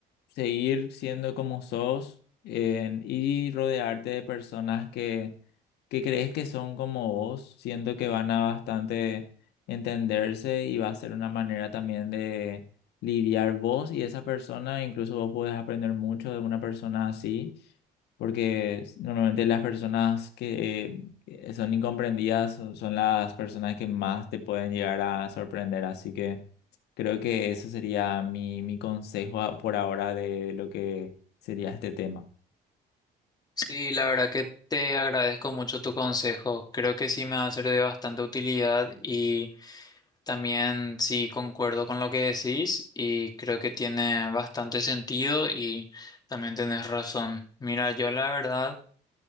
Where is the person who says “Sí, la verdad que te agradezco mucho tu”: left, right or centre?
Left